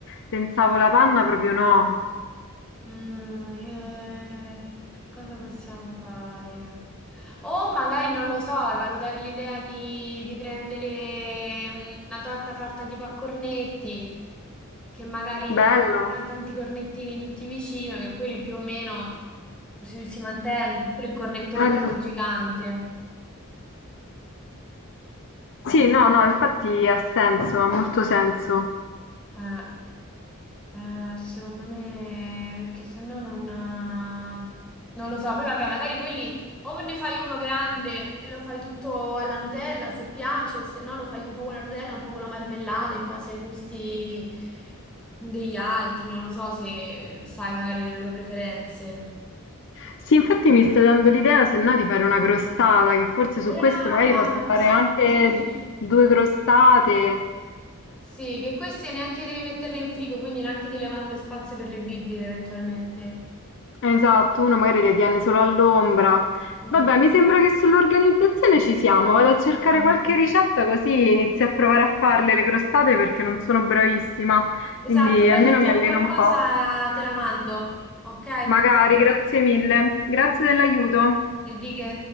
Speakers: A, on the left (about 60°); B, in the centre.
A: pensavo la panna proprio no.
B: Mm, eh, che cosa possiamo fare? O magari, non lo so, valutare l'idea di, di prendere mm, una torta fatta tipo a cornetti, che magari
A: Bello,
B: ha tanti cornettini tutti vicino, che quelli più o meno si, si mantengono, oppure il cornettone
A: bello.
B: quello gigante.
A: Sì, no, no, infatti ha senso, ha molto senso.
B: Eh. Eh, secondo me, perché sennò non, eh, non lo so. Poi vabbè, magari quelli o ne fai uno grande e lo fai tutto alla Nutella se piace, o se no lo fai un po' con la Nutella, un po' con la marmellata in base ai gusti degli altri. Non lo so se sai magari le loro preferenze.
A: Sì, infatti mi stai dando l'idea, se no, di fare una crostata, che forse su
B: Brava,
A: questo magari posso fare
B: sì,
A: anche
B: sì.
A: due crostate.
B: Sì, che queste neanche devi metterle in frigo, quindi neanche ti levano le spazie per le bibite eventualmente.
A: Esatto, uno magari le tiene solo all'ombra.
B: Mm.
A: Vabbè, mi sembra che sull'organizzazione ci siamo. Vado a cercare
B: No.
A: qualche ricetta così inizio a provare a farle le crostate perché non sono bravissima.
B: Esatto,
A: Quindi
B: poi
A: almeno
B: se trovo
A: mi alleno
B: qualcosa
A: un po'.
B: te la mando, ok?
A: Magari, grazie mille. Grazie dell'aiuto.
B: E di che?